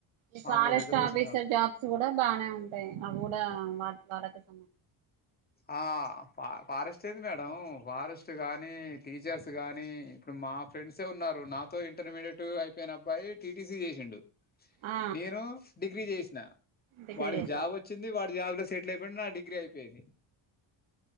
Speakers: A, on the right; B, on the left.
A: ఈ
B: మామూలు
A: ఫారెస్ట్
B: రిజర్వేషన్
A: ఆఫీసర్
B: కాకుండా
A: జాబ్స్ కూడా బానే ఉంటాయి. అవి కూడా వాట్ వాళ్ళకు స్
B: ఆ ఫ ఫారెస్ట్ ఏంది మేడం ఫారెస్ట్ గాని టీచర్స్ గాని ఇప్పుడు మా ఫ్రెండ్సే ఉన్నారు. నాతో ఇంటర్మీడియట్ అయిపోయిన అబ్బాయి టీటీసీ చేసిండు.
A: ఆ
B: నేను డిగ్రీ చేసి నా
A: డిగ్రీ
B: వాడికి
A: చేసారు
B: జాబ్ వొచ్చింది. వాడి మీ ఆల్డు సెటిల్ అయిపోయిండా అండి గ్ అయిపోయింది